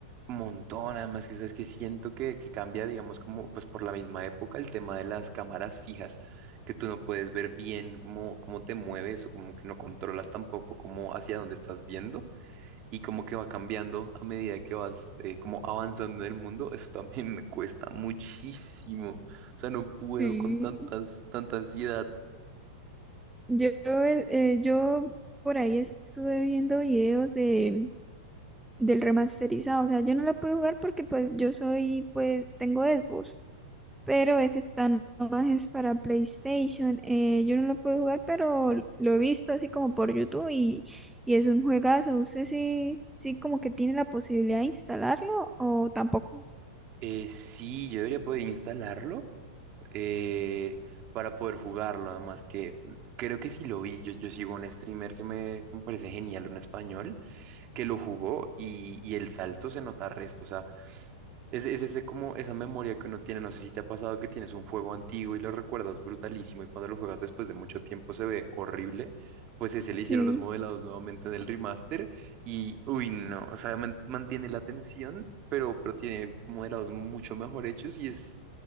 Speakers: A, on the right; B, in the centre.
A: Un montón, además que sabes que siento que, que cambia, digamos, como pues por la misma época el tema de las cámaras fijas, que tú no puedes ver bien cómo, cómo te mueves o como que no controlas tampoco cómo hacia dónde estás viendo y como que va cambiando a medida que vas eh, como avanzando en el mundo, eso también me cuesta muchísimo, o sea, no puedo
B: Sí.
A: con tantas, tanta ansiedad.
B: Yo, eh, eh, yo por ahí estuve viendo videos de, del remasterizado, o sea, yo no lo puedo jugar porque pues yo soy, pues tengo Xbox, Pero ese está nomás es para PlayStation. eh, yo no lo puedo jugar, pero lo he visto así como por YouTube y, y es un juegazo. ¿Usted sí, sí como que tiene la posibilidad de instalarlo o tampoco?
A: Eh, sí, yo debería poder instalarlo. eh, para poder jugarlo. Además que creo que sí lo vi, yo, yo sigo un streamer que me, que me parece genial, un español, que lo jugó y, y el salto se nota resto. o sea es, es ese como esa memoria que uno tiene, no sé si te ha pasado que tienes un juego antiguo y lo recuerdas brutalísimo y cuando lo juegas después de mucho tiempo se ve horrible, pues ese le
B: Sí,
A: hicieron los modelados nuevamente en el remaster y uy no, o sea, man- mantiene la tensión, pero, pero tiene modelados mucho mejor hechos y es,